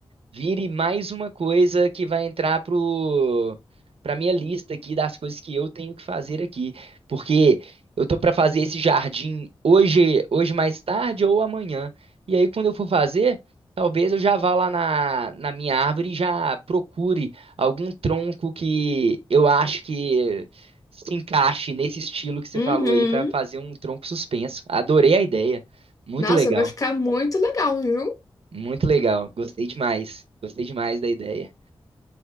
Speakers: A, on the right (about 75°); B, on the left (about 35°).
A: vire mais uma coisa que vai entrar pro para minha lista aqui das coisas que eu tenho que fazer aqui, porque eu tô para fazer esse jardim hoje, hoje mais tarde ou amanhã. E aí quando eu for fazer, talvez eu já vá lá na, na minha árvore e já procure algum tronco que eu acho que se encaixe nesse estilo que você
B: Uhum.
A: falou aí para fazer um tronco suspenso. Adorei a ideia. Muito
B: Nossa,
A: legal.
B: vai ficar muito legal, viu?
A: Muito legal. Gostei demais. Gostei demais da ideia.